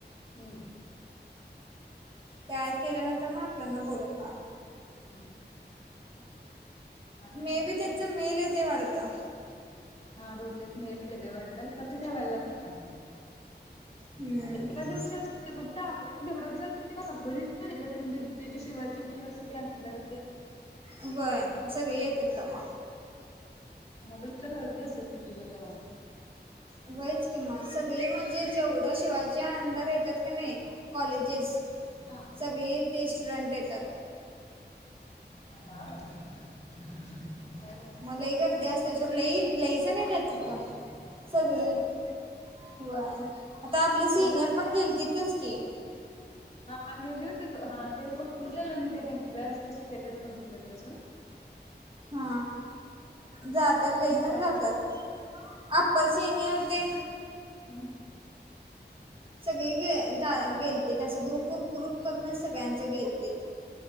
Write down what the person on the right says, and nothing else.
तयार केल्यानंतर मग आपल्याना बोलवणार.
मे बी त्यांच
मेल येतंय वाढतं.
हम्म
व्हय सगळे येतेत तवा.
व्हयचं कि मग सगळे म्हणजे जेवढं शिवाजी अंडर येतात क नाय. कॉलेजेस
सगळी ते स्टुडंट येतात.
मग लई गर्दी असत्या सोड लई लई जण येतात तिथं सगळी
व्हय आता आपले सिनियर
पण गेलतेतच की
हा जात. त्यात लय जण
जातात आपल सिनियर ते
सगळी गे जा गेलते ते असं ग्रुप वर ग्रुप करूनच सगळ्यांचं गेलत.